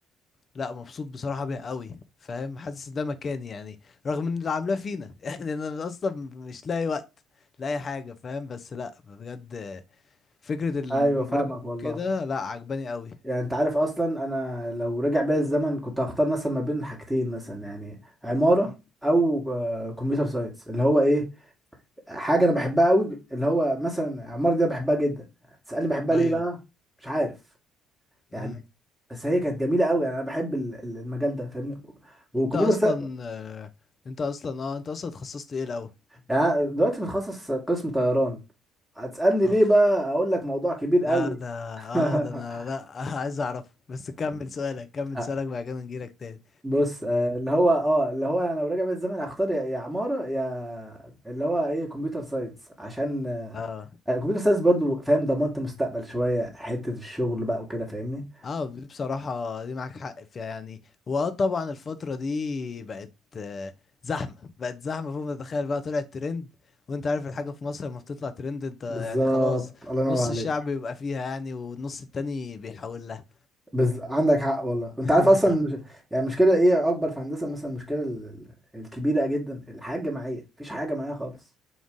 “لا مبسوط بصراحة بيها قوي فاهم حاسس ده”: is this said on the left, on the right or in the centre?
Left